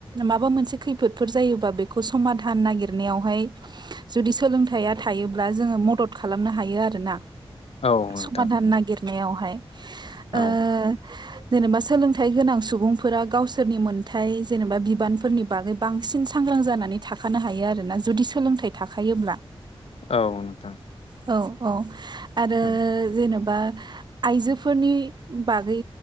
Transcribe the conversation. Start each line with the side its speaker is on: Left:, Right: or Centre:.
Right: माबा मोनसे खैफोदफोर जायोबा बेखौ समधान नागिर नायावहाय जुदि सोलोंथाइया थायोब्ला जोङो मदद खालामनो हायो आरोना।
Left: औ
Right: समाधान
Left: नोंथां
Right: नागिर नायावहाय ओ
Left: औ
Right: जेनेबा सोलोंथाइ गोनां सुबुंफोरा गावसोरनि मोनथाय जेनेबा बिबानफोरनि बागै बांसिन सांग्रां जानानै थाखानो हायो आरो ना जुदि सोलोंथाइ थाखायोब्ला
Left: औ नोंथां
Right: औ औ आरो
Left: ओं
Right: जेन'बा आइजोफोरनि बागै